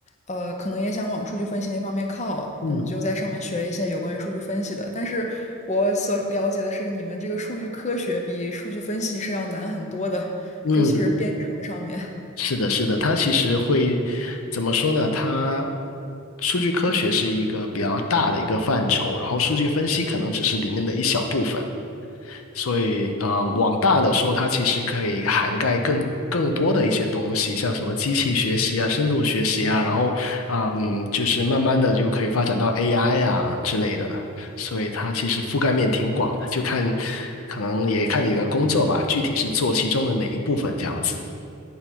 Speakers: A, on the left (about 35°); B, on the left (about 80°).
A: 呃，可能也想往数据分析那方面靠，
B: 嗯
A: 嗯，就在上面学一些有关于数据分析的。但是我所了解的是，你们这个数据科学比数据分析是要难很多的，
B: 嗯，
A: 尤其是编程上面。
B: 是的，是的，它其实会怎么说呢？它数据科学是一个比较大的一个范畴，然后数据分析可能只是里面的一小部分。所以，嗯，往大了说，它其实可以涵盖更更多的一些东西，像什么机器学习啊、深度学习啊，然后，嗯，就是慢慢的就可以发展到 AI 啊之类的。所以它其实覆盖面挺广的，就看可能也看你的工作吧，具体是做其中的哪一部分这样子。